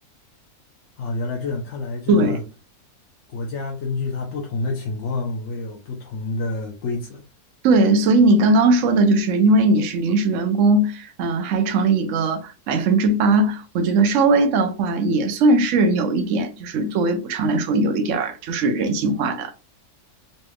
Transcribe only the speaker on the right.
对，
对，所以你刚刚说的就是，因为你是临时员工，嗯、呃还成了一个百分之八，我觉得稍微的话也算是有一点，就是作为补偿来说，有一点儿就是人性化的。